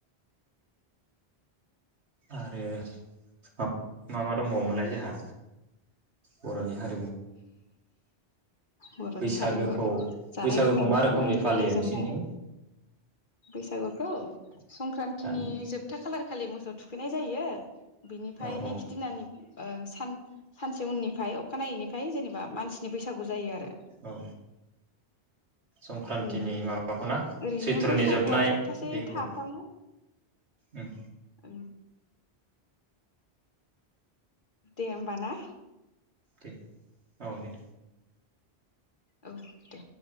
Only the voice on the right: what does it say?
आरो माबा दंबावोमोनलाय जोंहा? बरनि हारि
बैसागोखौ
बैसागोखौ
मा रोखोमनि
फालियो
नोंसिनिथिं
दानि
औ औ
औ संक्रान्तिनि
माबाखौ ना
सैत्रनि
जोबनाय
दिनखौ
उम
दे औ दे।